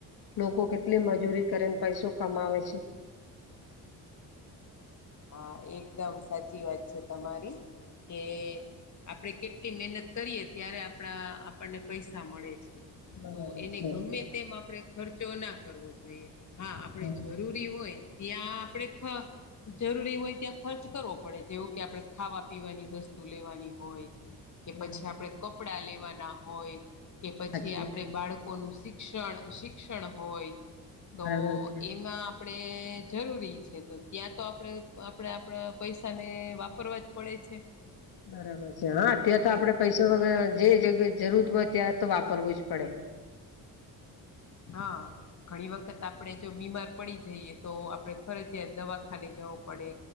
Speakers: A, on the left (about 65°); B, on the left (about 45°).
A: લોકો કેટલી મજૂરી કરેને પૈસો કમાવે છે.
B: હા એકદમ સાચી વાત છે તમારી કે- - આપણે કેટલી મહેનત કરીએ ત્યારે આપણા આપણને પૈસા મળે છે.
A: બરાબર
B: તો એને
A: છે
B: ગમે તેમ આપડે- - ખર્ચો ના કરવો જોઈએ હા આપણે
A: હમ,
B: જરૂરી હોય ત્યાં આપણે- - જરૂરી હોય ત્યાં ખર્ચ કરવો પડે જેવો કે આપણે ખાવા પીવાની વસ્તુ લેવાની હોય- - કે
A: બરાબર
B: પછી
A: છે
B: આપડે કપડા લેવાના હોય કે પછી
A: સાચી
B: આપડે
A: વાત છે
B: બાળકો- - ન શિક્ષણ શિક્ષણ હોય તો
A: બરાબર છે
B: એમાં- - આપણે જરૂરી છે તો ત્યાં- - તો આપણે આપણે આપણા પૈસાને વાપરવા જ પડે છે.
A: બરાબર છે હા ત્યાં તો આપડે
B: એમ
A: પૈસા વગ જે જગ્યા જરૂર હોય ત્યાં તો વાપરવું જ પડે
B: હા- - ઘણી વખત આપણે જો બીમાર પડી જઈએ તો આપડણે ફરજયાત દવાખાને જવું પડે